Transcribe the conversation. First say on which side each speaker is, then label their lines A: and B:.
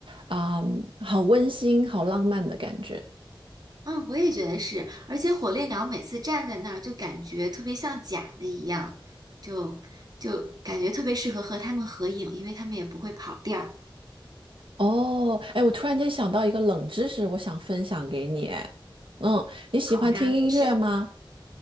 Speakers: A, on the right; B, on the right.
A: 啊、好温馨、好浪漫的感觉。
B: 嗯，我也觉得是，而且火烈鸟每次站在那儿就感觉特别像假的一样，就就感觉特别适合和它们合影，因为它们也不会跑调。
A: 哦，哎，我突然间想到一个冷知识，我想分享给你。哎，嗯，你喜欢听音乐吗？
B: 好呀，你喜